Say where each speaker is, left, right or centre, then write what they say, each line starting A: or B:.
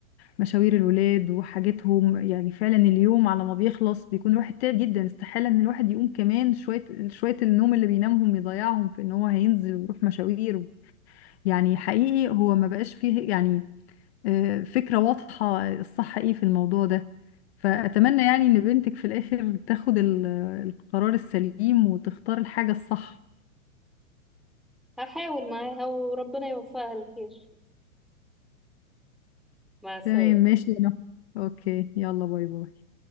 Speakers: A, on the left; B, in the centre.
A: مشاوير الولاد وحاجتهم يعني فعلا اليوم على ما بيخلص بيكون الواحد تعب جدا استحالة ان الواحد يقوم كمان شوية شوية النوم اللي بينامهم يضيعهم في ان هو هينزل ويروح مشاوير يعني حقيقي هو ما بقاش فيه يعني آه، فكرة واضحة الصح ايه في الموضوع ده فأتمنى يعني ان بنتك في الآخر تاخد ال- القرار السليم وتختار الحاجة الصح
B: هحاول معاها وربنا يوفقها الخير مع السلامة
A: تمام ماشي يا نهى اوكي يلا باي باي